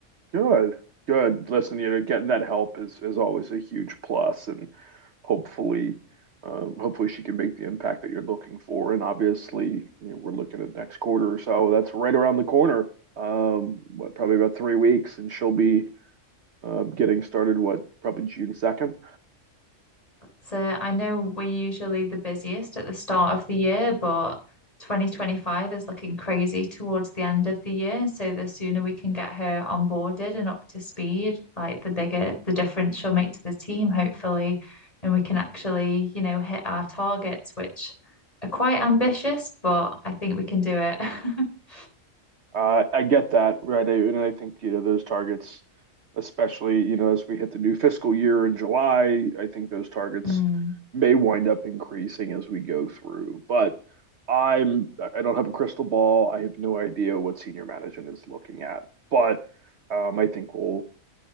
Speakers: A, on the right (about 60°); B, on the left (about 25°).
A: Good. Good. Listen, you know, getting that help is is always a huge plus, and hopefully, um, hopefully she can make the impact that you're looking for. And obviously, you know, we're looking at next quarter or so. That's right around the corner. Um, what, probably about three weeks, and she'll be um, getting started, what, probably June 2nd.
B: So I know we're usually the busiest at the start of the year, but 2025 is looking crazy towards the end of the year. So the sooner we can get her onboarded and up to speed, like the bigger the difference she'll make to the team, hopefully. And we can actually, you know, hit our targets, which are quite ambitious, but I think we can do it. <laughs>
A: Uh, I get that, right? I, and I think, you know, those targets, especially, you know, as we hit the new fiscal year in July, I think those targets
B: Mm,
A: may wind up increasing as we go through. But I'm, I don't have a crystal ball. I have no idea what senior management is looking at, but um, I think we'll,